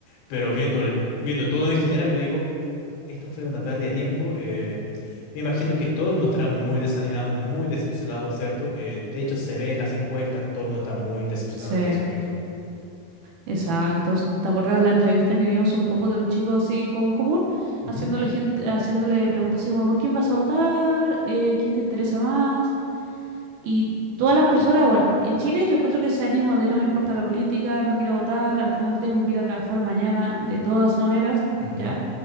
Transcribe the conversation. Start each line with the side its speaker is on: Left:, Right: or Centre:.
Left: Pero viendo, el- viendo todo en general, yo digo, esto fue una pérdida de tiempo. eh, me imagino que todo el mundo estará muy desanimado, muy decepcionado, ¿cierto? Eh, de hecho, se ve en las encuestas, todo el mundo está muy decepcionado
Right: Sí.
Left: de este sujeto.
Right: Exacto. ¿Te acuerdas la entrevista que vimos un poco de un chico así con común,
Left: Ujú,
Right: haciéndole gente, haciéndole preguntas así como ¿por quién vas a votar? Eh, ¿quién te interesa más? Y todas las personas, bueno, en Chile yo encuentro que ese ánimo de no me importa la política, no quiero votar, al final tengo que ir a trabajar mañana, de todas maneras,
Left: ujú,
Right: ¿ya?